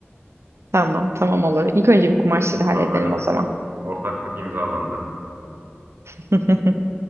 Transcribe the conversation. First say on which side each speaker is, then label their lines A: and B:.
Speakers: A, on the right; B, on the right.
A: Tamam, tamam olur. İlk önce bir kumaşları halledelim
B: Anlaştık.
A: o zaman.
B: Ortaklık imzalandı.
A: <laughs>